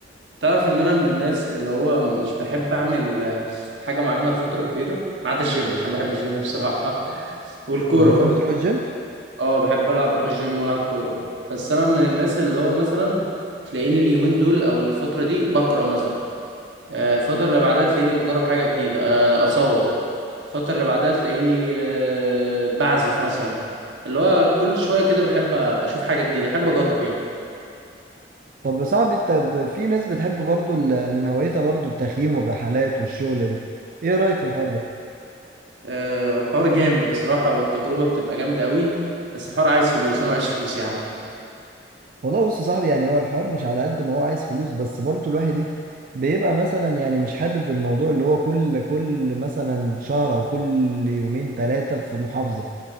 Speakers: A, on the right; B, on the right.
A: تعرف ان انا من الناس اللي هو مش بحب اعمل آه، حاجة معينة لفترة كبيرة ما عدا الجيم عشان بحب الجيم الصراحة <laughs> والكورة
B: بتحب
A: برضو
B: تروح <laughs> الجيم
A: اه بحب العب بروح الجيم والعب كورة بس انا من الناس اللي هو مثلا تلاقيني اليومين دول او الفترة دي بقرأ مثلا آه، الفترة اللي بعدها تلاقيني بجرب حاجة جديدة آه، أصور الفترة اللي بعدها تلاقيني آه، بعزف مثلا اللي هو كل شوية كده بحب أشوف حاجة جديدة بحب أجرب يعني
B: طب يا صاحبي انت ب- في ناس بتحب برضو ال- من هوايتها برضو التخييم والرحلات والشغلة دي ايه رأيك في الحوار ده
A: آه، الحوار جامد بصراحة والتجربة بتبقى جامدة قوي بس الحوار عايز فلوس أنا معيش فلوس يا عم
B: والله بص يا صاحبي يعني هو الحوار مش على قد ما هو عايز فلوس بس برضو الواحد ايه بيبقى مثلا يعني مش حابب الموضوع اللي هو كل كل مثلا شهر او كل يومين ثلاثة في محافظة